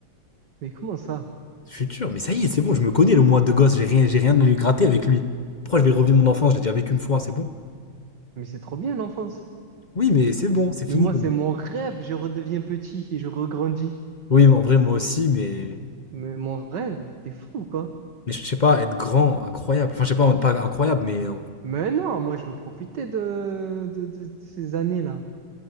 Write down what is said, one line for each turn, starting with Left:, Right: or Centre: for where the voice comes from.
Right: Mais comment ça?
Left: Futur, mais ça y est, c'est bon, je me connais le moi de gosse, j'ai rien, j'ai rien à lui gratter avec lui. Pourquoi je vais revivre mon enfance? Je l'ai déjà vécu une fois, c'est bon.
Right: Mais c'est trop bien l'enfance.
Left: Oui, mais c'est bon, c'est fini.
Right: Mais moi, c'est mon rêve, je redeviens petit et je regrandis.
Left: Oui, en vrai, moi aussi, mais,
Right: Mais mon rêve, t'es fou, quoi.
Left: mais je sais pas, être grand, incroyable. Enfin, je sais pas, pas incroyable, mais euh,
Right: Mais non, moi, je veux profiter de, de, de ces années-là.